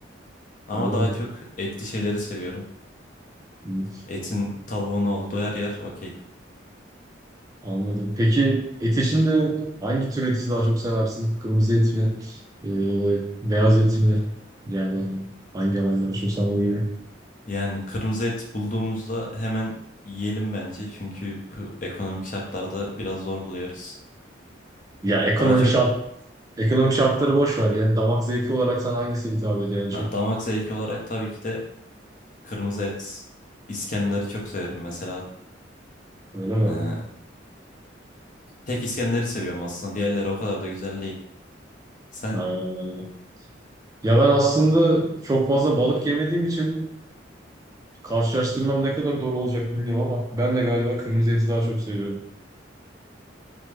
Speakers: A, on the left (about 45°); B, on the right (about 20°).
A: Ama
B: öyle
A: daha
B: mi?
A: çok etli şeyleri seviyorum.
B: Hı,
A: Etin, tavuğun olduğu her yer okey.
B: Anladım. Peki et içinde hangi tür eti daha çok seversin? Kırmızı et mi? Ee, beyaz et mi? Yani hangi alanda yaşıyorsan o gibi.
A: Yani kırmızı et bulduğumuzda hemen yiyelim bence. Çünkü bu ekonomik şartlarda biraz zor buluyoruz.
B: Ya ekonomik
A: Daha çok
B: şart, ekonomik şartları boş ver ya. Damak zevki olarak sana hangisi hitap ediyor en çok?
A: Ha, damak zevki olarak tabii ki de kırmızı et, İskender'i çok severim mesela.
B: Öyle mi?
A: Ee, tek İskender'i seviyorum aslında. Diğerleri o kadar da güzel değil. Sen
B: Ha. Ya ben aslında çok fazla balık yemediğim için Karşılaştırmam ne kadar doğru olacak bilmiyorum ama ben de galiba kırmızı eti daha çok seviyorum.